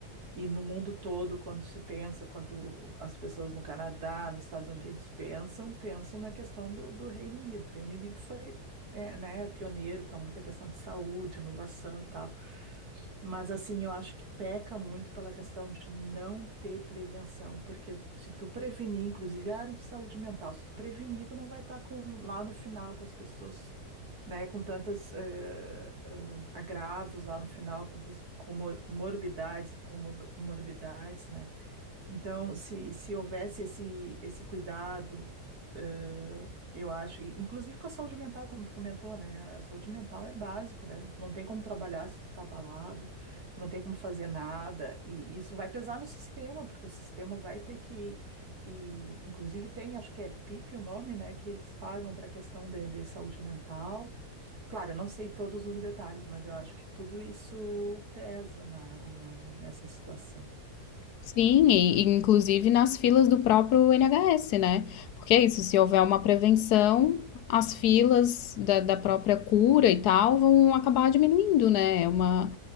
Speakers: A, on the right; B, on the left.
A: E no mundo todo, quando se pensa, quando as pessoas no Canadá, nos Estados Unidos pensam, pensam na questão do, do Reino Unido. O Reino Unido foi, é, né, pioneiro para muita questão de saúde, inovação e tal. Mas assim, eu acho que peca muito pela questão de não ter prevenção, porque se tu prevenir, inclusive a área de saúde mental, se tu prevenir, tu não vai estar com, lá no final com as pessoas, né, com tantas eh, ah, agravos lá no final, tantas comor- morbidades e comorbidades, né? Então, se, se houvesse esse, esse cuidado, eh, eu acho, e inclusive com a saúde mental, como tu comentou, né? A saúde mental é básico, né? Tu não tem como trabalhar se tu tá abalado, tu não tem como fazer nada, e isso vai pesar no sistema, porque o sistema vai ter que, e inclusive tem, acho que é PIP o nome, né? Que eles pagam para a questão de, de saúde mental. Claro, eu não sei todos os detalhes, mas eu acho que tudo isso pesa na, na, nessa situação.
B: Sim, e, e inclusive nas filas do próprio NHS, né? Porque é isso, se houver uma prevenção, as filas da, da própria cura e tal vão acabar diminuindo, né? É uma,